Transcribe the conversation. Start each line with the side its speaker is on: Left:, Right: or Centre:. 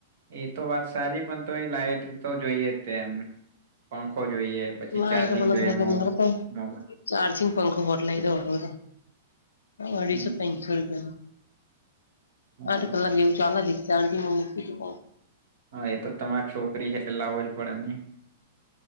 Right: એ તો વાત સારી પણ તો એ લાાઈટ તો જોઈએ જ તેમ પંખો જોઈએ પછી
Left: ના
Right: ચાર્જિંગ
Left: એ બ એ માર
Right: જોઈએ મો
Left: તા
Right: મોબાઈલ
Left: ચારજિંગ પંખો હોટલાઈ દઉ હવે તો અઢીસો
Right: હમ
Left: ત્રણ સો રૂપિયાનો,
Right: હા
Left: આઠ કલાક જેવું ચાલ દ ચાર્જિંગમાં મૂકી દઉ તો
Right: હા એ તો તમારી છોકરી છે એટલે લાવો જ પડે ને